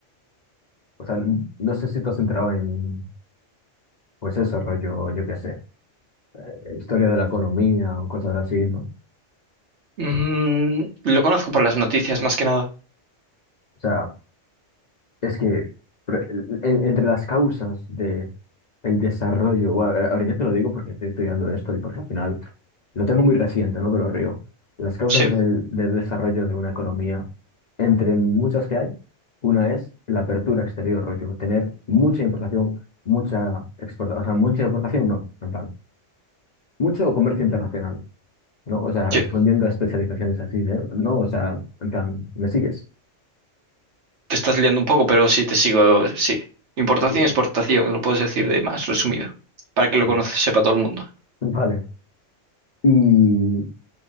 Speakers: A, on the left (about 40°); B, on the right (about 65°).
A: O sea, n- no sé si te has enterado en, pues eso, rollo, yo qué sé eh, historia de la economía o cosas así, ¿no?
B: Mm, lo conozco por las noticias, más que nada.
A: O sea, es que pre- en- entre las causas de el desarrollo, bueno, a- ahora yo te lo digo porque estoy estudiando esto y porque al final lo tengo muy reciente, ¿no? Pero río, las causas
B: Sí,
A: del, del desarrollo de una economía, entre muchas que hay, una es la apertura exterior, rollo, tener mucha importación, mucha exportación, o sea, mucha exportación no, en plan, mucho comercio internacional, ¿no? O sea,
B: sí.
A: respondiendo a especializaciones así, ¿eh? No, o sea, en plan, ¿me sigues?
B: Te estás liando un poco, pero sí, te sigo, sí. Importación
A: Sí,
B: y exportación, lo puedes decir de más resumido, para que lo
A: sí.
B: conoce, sepa todo el mundo.
A: Vale. Y,